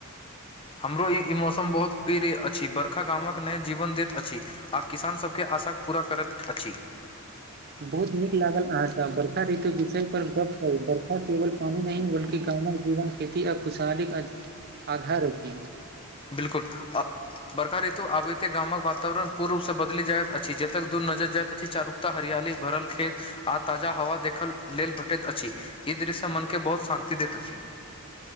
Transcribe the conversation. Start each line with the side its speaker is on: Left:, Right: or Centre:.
Left: हमरो ई ई मौसम बहुत प्रिय अछि बर्खा गामक नहि जीवन दैत अछि आ किसान सबके आशाक पूरा करैत अछि
Right: बहुत नीक लागल अहाँ सब बरखा ऋतु विषय पर गप कर बरषा केवल पानि नहि बल्कि गामक जीवन खेती आ खुशहाली आ आधार रखी
Left: बिलकुल आ बर्खा ऋतु आबिते गामक वातावरण पूर्ण रूपसँ बदलि जाइत अछि जतेक दूर नजरि जायइत अछि चारू ओतऽ हरियाली भरल खेत आ ताजा हवा देखल लेल भेटैत अछि ई दृश्य मन के बहुत शान्ति देत अछि